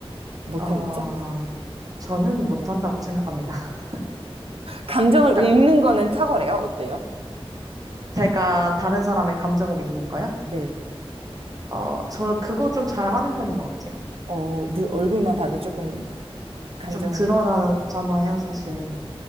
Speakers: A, on the right (about 70°); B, on the right (about 35°).
A: 못하겠죠?
B: 어, 저는 못한다고 생각합니다. <laughs>
A: 감정을
B: 그러니까
A: 읽는 거는 탁월해요. 어때요?
B: 제가 다른 사람의 감정을 읽는 거요?
A: 네.
B: 어, 저 그거 좀 잘하는 편인 것 같아요.
A: 어, 눈, 얼굴만 봐도 조금 감정,
B: 좀 드러나잖아요, 사실.